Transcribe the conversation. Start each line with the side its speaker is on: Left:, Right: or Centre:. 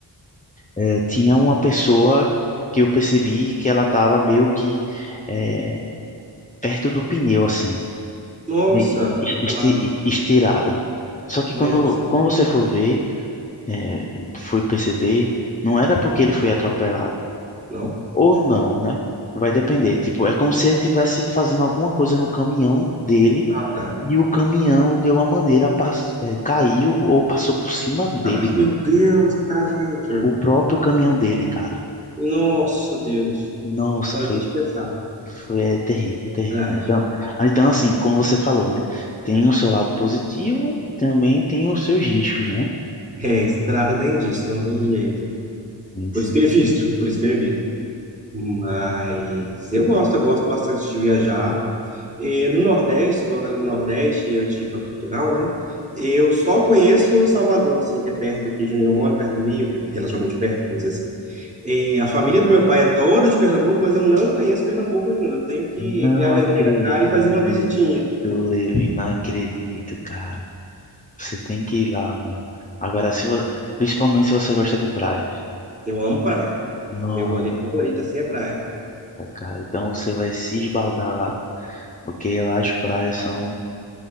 Left: eh, tinha uma pessoa que eu percebi que ela estava meio que eh, perto do pneu, assim,
Right: Nossa,
Left: de-
Right: foi atropelado.
Left: este- estirada. Só que
Right: Nossa,
Left: quando, quando você for ver, eh, fui perceber, não era porque ele foi atropelado,
Right: não?
Left: ou não, né? Vai depender. Tipo, é como se ele estivesse fazendo alguma coisa no caminhão dele
Right: Ah, tá.
Left: e o caminhão, de alguma maneira, pass- eh, caiu ou passou por cima dele,
Right: Ai,
Left: meu.
Right: meu Deus, que tragédia.
Left: O próprio caminhão dele, cara.
Right: Nossa, Deus.
Left: Nossa,
Right: Pode
Left: foi
Right: nem pensar.
Left: Foi, é terrível, terrível.
Right: Trágico.
Left: Então, ah, então, assim, como você falou, né? Tem o seu lado positivo e também tem os seus riscos, né?
Right: É, estrada tem disso, não tem jeito.
Left: Sim,
Right: Por
Left: sim.
Right: isso que eu evito, por isso que eu evito. Mas eu gosto, eu gosto bastante de viajar. E no Nordeste, se eu colocando no Nordeste, antes de ir para Portugal, né? Eu só conheço Salvador, assim, que é perto aqui de onde eu moro, perto do Rio, né? Relativamente perto, vamos dizer assim. E a família do meu pai é toda de Pernambuco, mas eu não conheço Pernambuco ainda. Eu tenho que
Left: Não
Right: criar
Left: acredito,
Right: vergonha na cara e fazer uma visitinha.
Left: Levi, não acredito, cara. Você tem que ir lá, meu. Agora, se vo- principalmente se você gosta de praias.
Right: Eu amo praia.
Left: Nossa,
Right: Meu rolê favorito, assim, é praia.
Left: cara. Então você vai se esbaldar lá. Porque lá as praias são